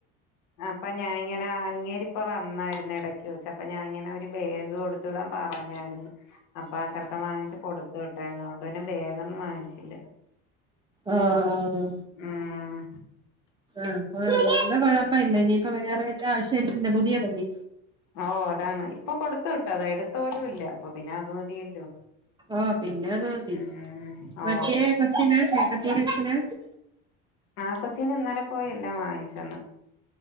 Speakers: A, on the left; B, on the right.
A: അപ്പൊ ഞാന് ഇങ്ങനെ അങ്ങേരിപ്പ വന്നായിരുന്നു. ഇടക്ക് വെച്ച് അപ്പൊ ഞാൻ ഇങ്ങനെ ഒരു ബേഗ് കൊടുത്ത്. ത്ത് വിടൻ പറഞ്ഞായിരുന്നു. അപ്പൊ ആ ചെറുക്കം വാങ്ങിച്ചച്ച് കൊടുത്തു വിട്ടായിരുന്നു അതൊണ്ട് പിന്നെ വേഗംന്നും വാങ്ങിച്ചില്ല
B: ആഹ് ആഹ്
A: ഉം
B: ആഹ് അല്ല കൊഴപ്പ ഇല്ല ഇനിയിപ്പ വേറെന്റെ ആവശ്യംന്ന ഇല്ല പുതിയത്അലോ
A: ഓ അതാണ് ഇപ്പൊ കൊടുത്ത് വിട്ട അത എടുത്ത് പോലും ഇല്ല അപ്പൊ പിന്നെ അത് മതിയല്ലോ
B: ഓ പിന്നെഅത് മതി
A: ഉം ഓ
B: മറ്റേ കൊച്ചിന് ചേട്ടത്തി കൊച്ചിന്
A: ആ കൊച്ചീന് ഇന്നാലെ പോയി എല്ലാം വാങ്ങിച്ചന്ന്.